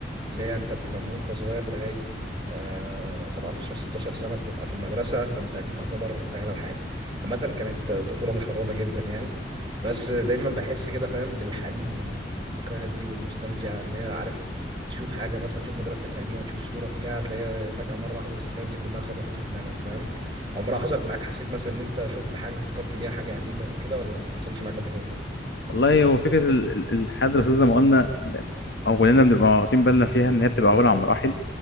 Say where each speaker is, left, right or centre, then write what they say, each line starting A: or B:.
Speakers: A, on the right; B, on the left.
A: اللي هي انت بتبقى من وانت صغير لغايه آه 17 16 سنه بتبقى في المدرسه فانت دي تعتبر اغلب حياتي عامه كانت طفوله مشرده جدا يعني بس دايما بحس كده فاهم بالحنين للذكريات دي والنوستالجيا اللي هي عارف تشوف حاجه مثلا تشوف مدرستك القديمه تشوف صوره بتاع تلاقيها فجاه مره واحده الذكريات دي كلها خبطت في دماغك فاهم عمرها حصلت معاك حسيت مثلا ان انت شفت حاجه افتكرت بيها حاجه قديمه او كده ولا ما حصلتش معاك قبل كده
B: والله هو فكرة ال- ال- الحياة الدراسية زي ما قلنا أو كلنا بنبقى واخدين بالنا فيها إن هي بتبقى عبارة عن مراحل